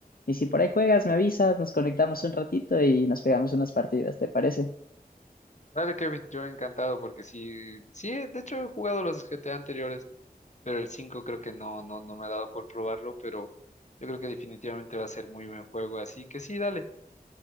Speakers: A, on the left (about 65°); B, on the left (about 45°).
A: Y si por ahí juegas, me avisas, nos conectamos un ratito y nos pegamos unas partidas, ¿te parece?
B: Dale, Kevin, yo encantado porque sí, sí, de hecho he jugado los GTA anteriores. pero el 5 creo que no, no, no me ha dado por probarlo, pero yo creo que definitivamente va a ser muy buen juego, así que sí, dale.